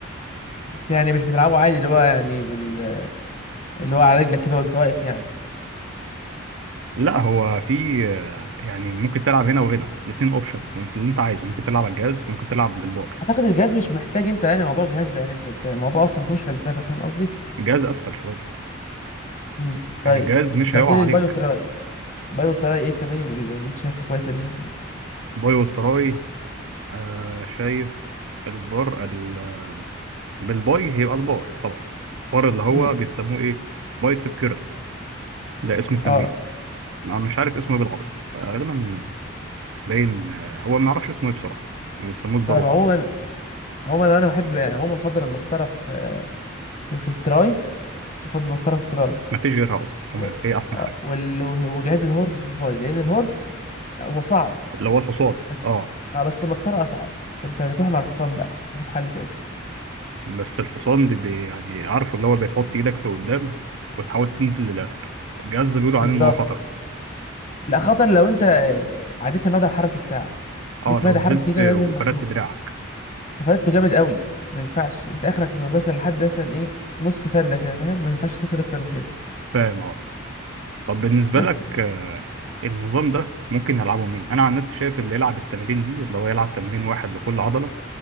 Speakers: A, on the left (about 35°); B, on the right (about 70°).
A: مش يعني مش بتلعبه عادي اللي هو يعني بال... اللي هو على رجلك كده وانت واقف يعني
B: لا هو في آه، يعني ممكن تلعب هنا وهنا الاتنين اوبشنز اللي انت عايزه ممكن تلعب على الجهاز ممكن تلعب بالبار
A: اعتقد الجهاز مش محتاج انت يعني موضوع الجهاز ده يعني انت انت الموضوع اصلا ما فيهوش فلسفه فاهم قصدي
B: الجهاز اسهل شوية
A: امم طيب
B: يعني الجهاز مش
A: انت
B: هيقع
A: قلت لي
B: عليك
A: البايو تراي البايو تراي ايه التمارين اللي انت شايفها كويسه ليهم يعني
B: باي والتراي آه شايف البار ال... بالباي هيبقى البار طبعا البار اللي هو
A: امم
B: بيسموه ايه بايسب كيرل ده اسم التمرين
A: اه
B: انا مش عارف اسمه ايه بالعربي غالبا باين آه، هو ما اعرفش اسمه ايه بصراحه ما بيسموه البر
A: طيب
B: وخلاص
A: عموما عموما انا بحب يعني، عموما بفضل المسطره في في في التراي بفضل المسطره في التراي
B: ما فيش غيرها اصلا تمام
A: و-
B: هي احسن
A: آه،
B: حاجه
A: وال- وجهاز الهورس في الباي لان الهورس هو صعب
B: اللي هو الحصان
A: بس
B: اه
A: اه بس المسطره اصعب فانت هتروح مع الحصان بقى مفيش حل تاني
B: بس الحصان بي بي- يعني عارفه اللي هو بتحط ايدك لقدام وتحاول تنزل للاخر الجهاز ده بيقولوا
A: بالظبط
B: عليه ان هو خطر
A: لا خطر لو انت آه، عديت المدى الحركي بتاعك
B: اه
A: ليك
B: لو
A: مدى
B: نزلت
A: حركي كده
B: وفردت
A: لازم محدود
B: دراعك
A: فايدته جامد قوي ما ينفعش انت اخرك مثلا لحد مثلا ايه نص فرده كده فاهم ما ينفعش تفرد اكتر من كده
B: فاهم اه طب بالنسبه
A: بس
B: لك
A: يعني
B: آه، النظام ده ممكن يلعبه مين انا عن نفسي شايف اللي يلعب التمارين دي اللي هو يلعب تمرين واحد لكل عضله